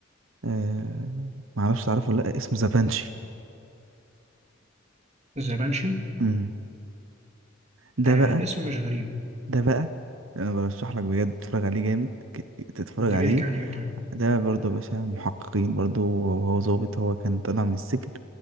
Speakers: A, on the right; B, on the right.
A: آه معرفش تعرفه ولا لا اسمه زافانشي
B: ذا بانشي
A: امم ده
B: آه
A: بقى
B: الاسم مش غريب
A: ده بقى انا برشح لك بجد تتفرج عليه جامد ك- تتفرج
B: ده
A: عليه
B: بيحكي عن إيه طيب؟
A: ده برضه يا باشا محققين برضه وهو ظابط هو كان طالع من السجن